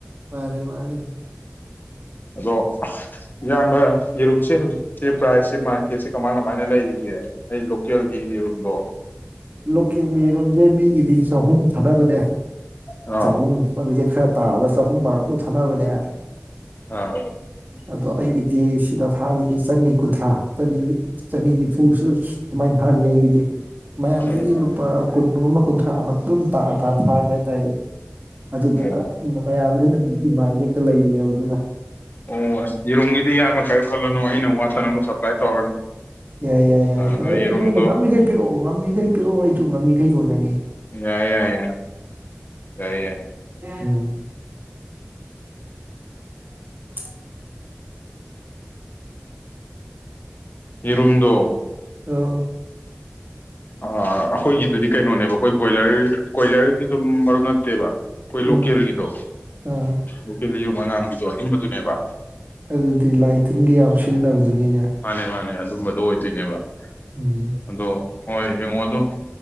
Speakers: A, on the right; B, on the left.
A: ꯃꯥꯅꯦ ꯃꯥꯅꯦ
B: ꯑꯗꯣ ꯏꯌꯥꯝꯕ ꯌꯦꯔꯨꯝꯁꯦ ꯍꯧꯖꯤꯛꯁꯦ ꯄ꯭ꯔꯥꯏꯖꯁꯦ ꯃꯥꯔꯀꯦꯠꯁꯦ ꯀꯃꯥꯏ ꯀꯃꯥꯏꯅ ꯂꯩꯔꯤꯒꯦ ꯑꯩ ꯂꯣꯀꯦꯜꯒꯤ ꯌꯦꯔꯨꯝꯗꯣ
A: ꯂꯣꯀꯦꯜꯒꯤ ꯌꯦꯔꯨꯝꯖꯦ ꯃꯤꯒꯤꯗꯤ ꯆꯍꯨꯝ ꯊꯥꯅꯕꯅꯦ
B: ꯑꯥ
A: ꯑꯆꯧꯕꯝ <unintelligible> ꯇꯥꯕꯒ ꯆꯍꯨꯝ ꯃꯔꯐꯨ ꯊꯥꯅꯕꯅꯦ
B: ꯑꯥ
A: ꯑꯗꯣ ꯑꯩꯒꯤꯗꯤ ꯗꯤ ꯁꯤꯗ ꯊꯥꯗꯤ ꯆꯠꯅꯤ ꯀꯨꯟꯊ꯭ꯔꯥ ꯆꯅꯤ ꯅꯤꯐꯨꯁꯨ ꯁꯨꯃꯥꯏꯅ ꯊꯥꯔꯤ ꯑꯩꯒꯤꯗꯤ ꯃꯌꯥꯝꯗꯒꯤ
B: ꯎꯝ
A: ꯂꯨꯄꯥ ꯀꯨꯟ ꯑꯃ ꯀꯨꯟꯊ꯭ꯔꯥ ꯑꯃ ꯑꯗꯨꯝ ꯇꯥ ꯊꯥꯏ ꯍꯥꯏꯇꯥꯔꯦ ꯑꯗꯨꯗꯨꯅ
B: ꯑꯣ
A: ꯃꯌꯥꯝꯁꯤꯅ ꯗꯤꯃꯥꯟꯁꯦ ꯍꯦꯛꯇ ꯂꯩꯕꯅꯦꯕ ꯑꯗꯨꯅ
B: ꯑꯣ ꯑꯁ ꯌꯦꯔꯨꯝꯒꯤꯗꯤ ꯏꯌꯥꯝꯕ ꯀꯩꯝ ꯈꯜꯂꯅꯨ ꯑꯩꯅ ꯋꯥꯠꯇꯅꯕ ꯁꯄ꯭ꯂꯥꯏ ꯇꯧꯔꯅꯤ
A: ꯌꯥꯏ ꯌꯥꯏ ꯌꯥꯏ
B: ꯑ ꯑꯗꯣ
A: ꯑꯦ
B: ꯌꯦꯔꯨꯝꯗꯣ
A: ꯅꯣꯏꯅ ꯉꯝꯃꯤꯈꯩ ꯄꯤꯔꯛꯑꯣ ꯉꯝꯃꯤꯈꯩ ꯄꯤꯔꯛꯑꯣ ꯑꯩꯁꯨ ꯉꯝꯃꯤꯈꯩ ꯌꯣꯟꯒꯅꯤ
B: ꯌꯥꯏ ꯌꯥꯏ ꯌꯥ ꯌꯥꯏ ꯌꯥꯏ
A: ꯎꯝ ꯎꯝ
B: ꯌꯦꯔꯨꯝ ꯗꯣ
A: ꯑ
B: ꯑ ꯑꯩꯈꯣꯏꯒꯤꯗꯨꯗꯤ ꯀꯩꯅꯣꯅꯦꯕ ꯑꯩꯈꯣꯏ ꯕꯣꯏꯂꯔ ꯀꯣꯏꯂꯔꯒꯤꯗꯨꯝ ꯃꯔꯨꯞ ꯅꯠꯇꯦꯕ ꯑꯩꯈꯣꯏ
A: ꯎꯝ
B: ꯂꯣꯀꯦꯜꯒꯤꯗꯣ
A: ꯑꯥ
B: ꯂꯣꯀꯦꯜ ꯌꯨꯝ ꯑꯉꯥꯡꯝꯒꯤꯗꯣ ꯑꯗꯨꯨꯝꯕꯗꯨꯅꯦꯕ
A: ꯑꯗꯨꯗꯤ ꯂꯥꯏ ꯇꯤꯟꯒꯤ ꯌꯥꯝ ꯁꯤꯖꯤꯟꯅꯕꯗꯨꯅꯤꯅꯦ
B: ꯃꯥꯅꯦ ꯃꯥꯅꯦ ꯑꯗꯨꯝꯕꯗꯣ ꯑꯣꯏꯗꯣꯏꯅꯦꯕ
A: ꯎꯝ
B: ꯑꯗꯣ ꯍꯣꯏ ꯌꯦꯡꯉꫭ ꯑꯗꯨ